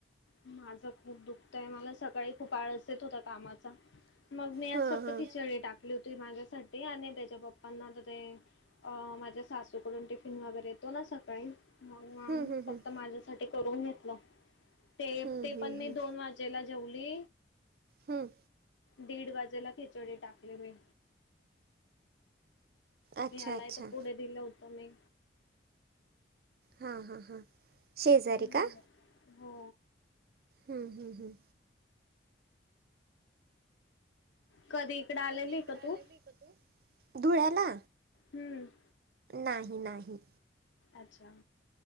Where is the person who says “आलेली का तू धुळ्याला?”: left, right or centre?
Right